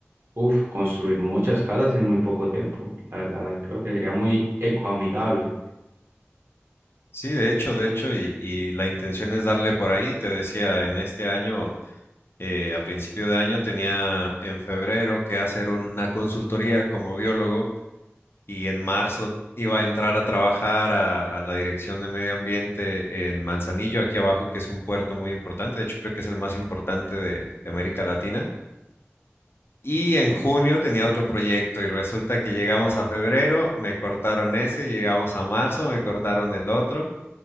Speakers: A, on the right; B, on the left.
A: uf, construir muchas casas en muy poco tiempo. La verdad, creo que sería muy ecoamigable.
B: Sí, de hecho, de hecho, y, y la intención es darle por ahí, te decía, en este año, eh, a principio de año tenía en febrero que hacer una consultoría como biólogo y en marzo iba a entrar a trabajar a, a la Dirección de Medio Ambiente en Manzanillo, aquí abajo, que es un puerto muy importante, de hecho creo que es el más importante de, de América Latina. Y
A: Sí.
B: en junio tenía otro proyecto y resulta que llegamos a febrero, me cortaron ese, llegamos a marzo, me cortaron el otro,